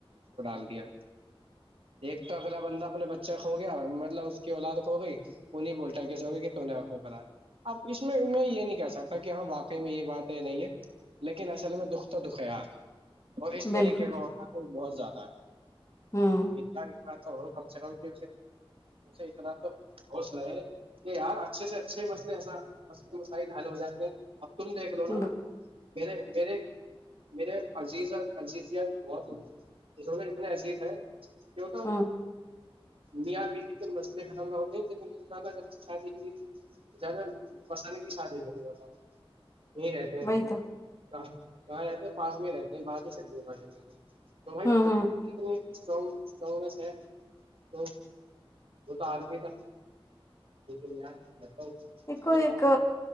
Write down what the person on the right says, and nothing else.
<unintelligible> ایک تو اگلا بندہ اپنے بچہ کھو گیا مطلب اس کی اولاد کھو گئی وہ نہیں بولتا کیسے ہوگے کہ تو نےا اب اس میں میں یہ نہیں کہہ سکتا کہ ہاں واقعی میں یہ بات یہ نہیں ہے لیکن اصل میں دکھ تو دخیار اور اس طریقے
کا ہوتا ہے بہت جاتا ہے
ایکتال تو ہو کم سے کم کیے اسے اتنا تو ہوچ رہے ہے کہ یار اچھے سے اچھے مسئلے ایسا م مسائل حل ہو جاتے ہیں اب تم دیکھ لو
نا مے میرے میرے عزیز عیز بہت ہے اسے اتنا عصیید ہے کیوں تو
میاں بی کے مسئلے خرم نہ ہوتے ہیں زیادہ جب سے شادی کے لی زیادہ پسند کی شادی کے لیے بتاؤ یہیں رہتے ہیں
کہاں کہاں رہتے ہیں پاس میں رہتے بگی سے م میں تو بائی
اسٹرانگ اسٹرانگنیس ہے تو ب آدمی کا ل